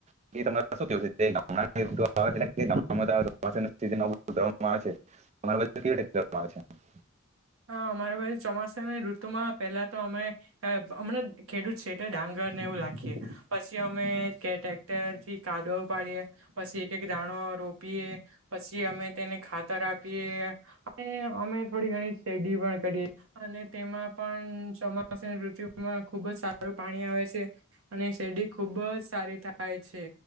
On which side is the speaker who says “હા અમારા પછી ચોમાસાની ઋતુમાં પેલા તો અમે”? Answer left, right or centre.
Right